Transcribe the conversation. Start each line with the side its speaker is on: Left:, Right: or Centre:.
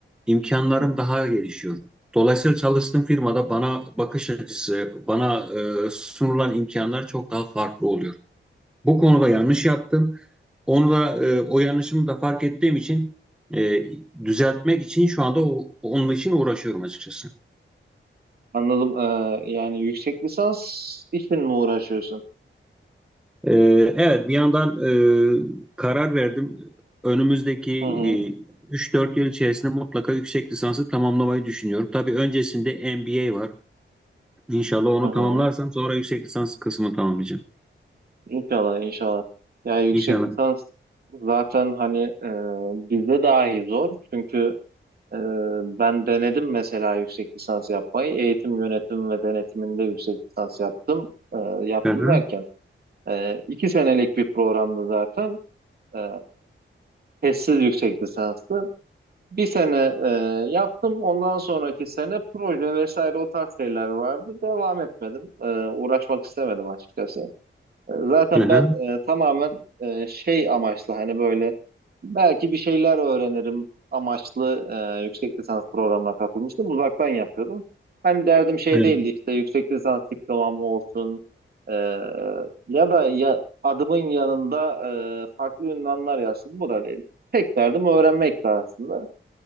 Centre: imkanlarım
Right: hı.
Centre: daha gelişiyor. Dolayısıyla çalıştığım firmada bana bakış açısı, bana e, sunulan imkanlar çok daha farklı oluyor. Bu konuda yanlış yaptım. Onu da e, o yanlışımı da fark ettiğim için e, düzeltmek için şu anda o- onun için uğraşıyorum açıkçası.
Right: Anladım. Ee, yani yüksek lisans için mi uğraşıyorsun?
Centre: E, evet bir yandan e, karar verdim. Önümüzdeki
Right: Hı hı.
Centre: e, 3-4 yıl içerisinde mutlaka yüksek lisansı tamamlamayı düşünüyorum. Tabii öncesinde MBA var. İnşallah onu
Right: Hı hı.
Centre: tamamlarsam sonra yüksek lisans kısmını tamamlayacağım.
Right: İnşallah, inşallah. Ya yüksek
Centre: İnşallah.
Right: lisans zaten hani e, bizde dahi zor. Çünkü e, ben denedim mesela yüksek lisans yapmayı. Eğitim yönetimi ve denetiminde yüksek lisans yaptım. E, yaptım
Centre: Hı hı.
Right: derken. E, iki senelik bir programdı zaten. E, testsiz yüksek lisansı. Bir sene e, yaptım. Ondan sonraki sene proje vesaire o tarz şeyler vardı. Devam etmedim. E, uğraşmak istemedim açıkçası. Zaten
Centre: Hı hı.
Right: ben e, tamamen e, şey amaçlı hani böyle belki bir şeyler öğrenirim amaçlı e, yüksek lisans programına katılmıştım. Uzaktan yapıyordum. Hani derdim şey
Centre: Evet.
Right: değildi işte yüksek lisans diplomam olsun e, ya da ya adımın yanında e, farklı ünvanlar yazsın bu da değil. Tek derdim öğrenmekti aslında.